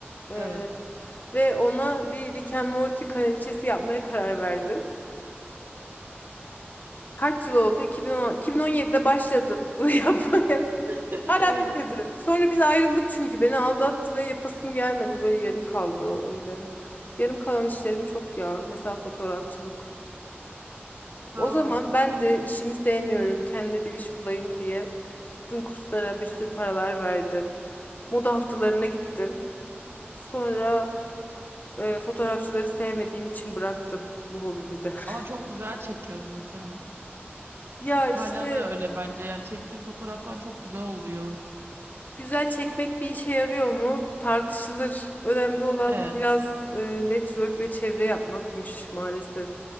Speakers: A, on the left; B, on the right.
A: E,
B: Evet.
A: ve ona bir Rick and Morty kanaviçesi yapmaya karar verdim. Kaç yıl oldu? 2010, 2017'de başladım bunu <laughs> yapmaya.
B: <laughs> Evet.
A: Hala bitmedi. Sonra biz ayrıldık çünkü beni aldattı ve yapasım gelmedi. Böyle yarım kaldı o öyle. Yarım kalan işlerim çok ya. Mesela fotoğrafçılık.
B: Ha.
A: O zaman ben de işimi sevmiyorum. Kendime bir iş bulayım diye gittim kurslara bir sürü paralar verdim. Moda haftalarına gittim. Sonra e, fotoğrafçıları sevmediğim için bıraktım bu hobimi de. <laughs>
B: Ama çok güzel çekiyordun sen.
A: Ya işte
B: Hala da öyle bence. Yani çektiğim fotoğraflar çok güzel oluyor.
A: Güzel çekmek bir işe yarıyor mu? Tartışılır. Önemli olan
B: Evet.
A: biraz e, network ve çevre yapmakmış maalesef.